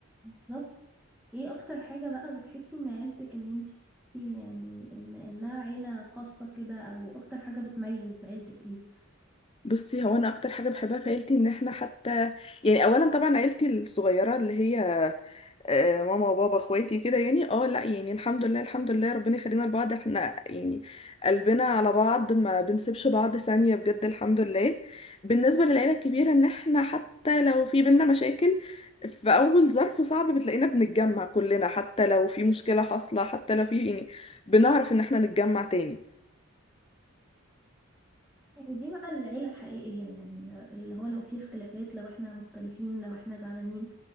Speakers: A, in the centre; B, on the left.
A: بالظبط ايه اكتر حاجه بقى بتحسي ان عيلتك ان انت يعني ان انها عيله خاصه كده او اكتر حاجه بتميز عيلتك ايه
B: بصي هو انا اكتر حاجه بحبها في عيلتي ان احنا حتى يعني اولا طبعا عيلتي الصغيره اللي هي آه، ماما وبابا اخواتي كده يعني اه لا يعني الحمد لله الحمد لله ربنا يخلينا لبعض احنا يعني قلبنا على بعض ما بنسيبش بعض ثانيه بجد الحمد لله بالنسبه للعيله الكبيره ان احنا حتى لو في بينا مشاكل في اول ظرف صعب بتلاقينا بنتجمع كلنا حتى لو في مشكله حاصله حتى لو في يعني بنعرف ان احنا نتجمع تاني
A: يعني دي بقى العيلة الحقيقية يعني اللي هو لو في اختلافات لو احنا مختلفين لو احنا زعلانين